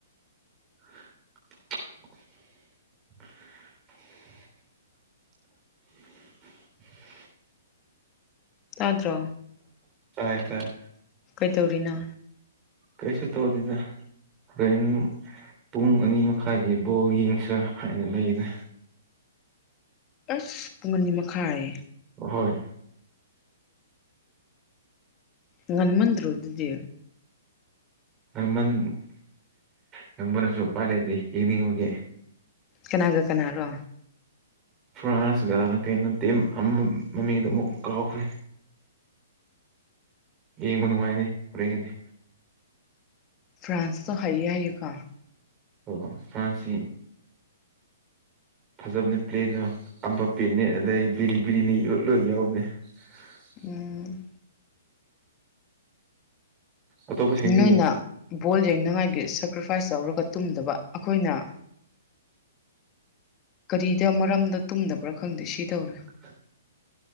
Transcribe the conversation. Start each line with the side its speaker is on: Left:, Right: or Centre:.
Right: <unintelligible> <unintelligible>
Left: ꯇꯥꯗ꯭ꯔꯣ
Right: ꯇꯥꯏꯌꯦ ꯇꯥꯏꯌꯦ
Left: ꯀꯩꯗꯧꯔꯤꯅꯣ
Right: ꯀꯩꯁꯨ ꯇꯧꯗ‌ꯦꯗ ꯍꫭꯔ‌ꯦꯟ ꯄꯨꯡ ꯑꯅꯤ ꯃꯈꯥꯏꯒꯤ ꯕꯣꯜ ꯌꯦꯡꯁꯤꯔꯥ ꯍꯥꯏꯅ ꯂꯩꯔꯤꯗ
Left: ꯑꯁ ꯄꯨꯡ ꯑꯅꯤ ꯃꯈꯥꯏ
Right: ꯑꯍꯣꯏ
Left: ꯉꯟꯃꯟꯗꯔꯣ ꯑꯗꯨꯗꯤ
Right: ꯉꯟꯃꯟ ꯉꯟꯃꯟꯂꯁꯨ ꯎꯄꯥꯏ ꯂꯩꯇꯦ ꯌꯦꯡꯅꯤꯡꯕꯒꯤ
Left: ꯀꯅꯥꯒ ꯀꯅꯥꯔꯣ
Right: ꯐ꯭ꯔꯥꯟꯁꯀ ꯀꯩꯅꯣ ꯇꯤꯝ ꯑꯃ ꯃꯃꯤꯡꯗꯨ ꯑꯃꯨꯛ ꯀꯥꯎꯈ꯭ꯔꯦ ꯌꯦꯡꯕ ꯅꯨꯡꯉꯥꯏꯅꯤ ꯍꯣꯔꯦꯟꯒꯤꯗꯤ
Left: ꯐ꯭ꯔꯥꯟꯁꯇꯣ ꯍꯩꯌꯦ ꯍꯥꯏꯌ‌‌ꯦꯀꯣ
Right: ꯑꯣ ꯐ꯭ꯔꯥꯟꯁꯇꯤ ꯐꯖꯕꯅꯦ ꯄ꯭ꯂꯦꯗꯣ ꯑꯝꯕꯥꯞꯄꯦꯅꯦ ꯑꯗꯩꯗꯤ ꯕꯤꯔꯤ ꯕꯤꯔꯤꯅꯤ ꯂꯣꯏ ꯌꯥꯎꯕꯅꯦ <unintelligible>
Left: ꯎꯝ
Right: ꯑꯇꯣꯞꯄꯁꯤꯡꯗꯤ
Left: ꯅꯣꯏꯅ ꯕꯣꯜ ꯌꯦꯡꯅꯉꯥꯏꯒꯤ ꯁꯦꯀ꯭ꯔꯤꯐꯥꯏꯁ ꯇꯧꯔꯒ ꯇꯨꯝꯗꯕ ꯑꯩꯈꯣꯏꯅ ꯀꯔꯤꯗ ꯃꯔꯝꯗ ꯇꯨꯝꯗꯕ꯭ꯔꯥ ꯈꯪꯗꯦ ꯁꯤꯗꯧꯔꯦ
Right: <unintelligible>